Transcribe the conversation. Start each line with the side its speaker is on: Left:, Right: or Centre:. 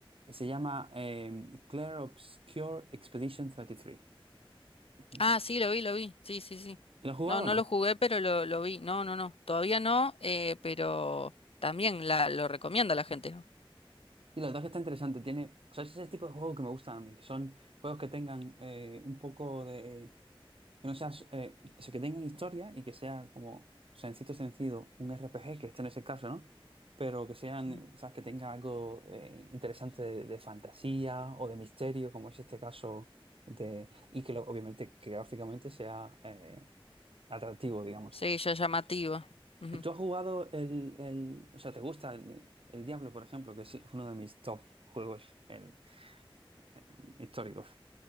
Right: Se llama eh, Clair Obscure Expedition 33. ¿Y tres. Esa.
Left: Ah, sí, lo vi, lo vi. Sí, sí, sí.
Right: ¿Y lo has jugado
Left: No, no
Right: o no?
Left: lo jugué, pero lo, lo vi. No, no, no. Todavía no, eh, pero también la, lo recomienda la gente. ¿no?
Right: Y la verdad que está interesante, tiene, o sea, es ese tipo de juegos que me gustan a mí, que son juegos que tengan eh, un poco de Que no seas, eh, o sea, que tengan historia y que sea como, o sea, en cierto sentido, un RPG, que este no es el caso, ¿no? Pero que sean,
Left: Ujú.
Right: o sea, que tenga algo eh, interesante de, de fantasía o de misterio, como es este caso de, y que lo- obviamente que gráficamente sea eh, atractivo, digamos.
Left: Sí, ya llamativa. Ujú.
Right: ¿Tú has jugado el, el, o sea, te gusta el, el Diablo, por ejemplo, que es uno de mis top juegos el, eh, históricos?